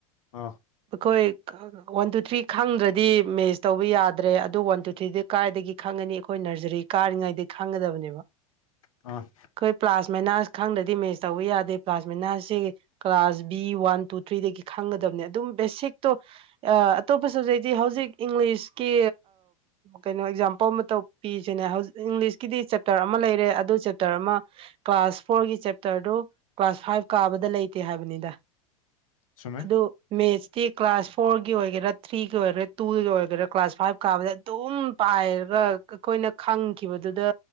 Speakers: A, on the left; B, on the right.
A: ꯑꯥ
B: ꯃꯈꯈꯣꯏ ꯋꯥꯟ ꯇꯨ ꯊ꯭ꯔꯤ ꯈꯪꯗ꯭ꯔꯗꯤ ꯃꯦꯁ ꯇꯧꯕ ꯌꯥꯗ꯭ꯔꯦ ꯑꯗꯨ ꯋꯥꯟ ꯇꯨ ꯊ꯭ꯔꯤꯗꯤ ꯀꯥꯏꯗꯒꯤ ꯈꯪꯉꯅꯤ ꯑꯩꯈꯣꯏ ꯅꯔꯖꯔꯤ ꯀꯥꯔꯤꯉꯩꯗꯒꯤ ꯈꯥꯡꯒꯗꯕꯅꯦꯕ
A: ꯑ
B: ꯑꯩꯈꯣꯏ ꯄ꯭ꯂꯥꯁꯃꯦꯅꯥꯁ ꯈꯪꯗꯗꯤ ꯃꯦꯁ ꯇꯧꯕ ꯌꯥꯗꯦ ꯄ꯭ꯂꯥꯁꯃꯤꯅꯥꯁꯤ ꯀ꯭ꯂꯥꯁ ꯕꯤ ꯋꯥꯟ ꯇꯨ ꯊ꯭ꯔꯤꯗꯒꯤ ꯈꯪꯒꯗꯕꯅꯦ ꯑꯗꯨꯝ ꯕꯦꯁꯤꯛꯇꯣ ꯑꯇꯣꯞꯄ ꯁꯕꯖꯦꯛꯇꯤ ꯍꯧꯖꯤꯛ ꯏꯪꯂꯤꯁꯀꯤ ꯀꯩꯅꯣ ꯑꯦꯛꯖꯥꯝꯄꯜ ꯑꯃ ꯄꯤꯁꯤꯅꯦ ꯍꯧꯖꯤꯛ ꯏꯪꯂꯤꯁꯀꯤꯗꯤ ꯆꯦꯞꯇꯔ ꯑꯃ ꯂꯩꯔꯦ ꯑꯗꯨ ꯆꯦꯞꯇꯔ ꯑꯃ ꯀ꯭ꯂꯥꯁ ꯐꯣꯔꯒꯤ ꯆꯦꯞꯇꯔꯗꯨ ꯀ꯭ꯂꯥꯁ ꯐꯥꯏꯚ ꯀꯥꯕꯗ ꯂꯩꯇꯦ ꯍꯥꯏꯕꯅꯤꯗ
A: ꯆꯨꯝꯃꯦ
B: ꯑꯗꯨ ꯃꯦꯠꯁꯇꯤ ꯀ꯭ꯂꯥꯁ ꯐꯣꯔꯒꯤ ꯑꯣꯏꯒꯦꯔꯥ ꯊ꯭ꯔꯤꯒꯤ ꯑꯣꯏꯒꯦꯔꯥ ꯇꯨꯒꯤ ꯑꯣꯏꯒꯦꯔꯥ ꯀ꯭ꯂꯥꯁ ꯐꯥꯏꯚ ꯀꯥꯕꯗ ꯑꯗꯨꯝ ꯄꯥꯏꯔꯒ ꯑꯩꯈꯣꯏꯅ ꯈꯪꯈꯤꯕꯗꯨꯗ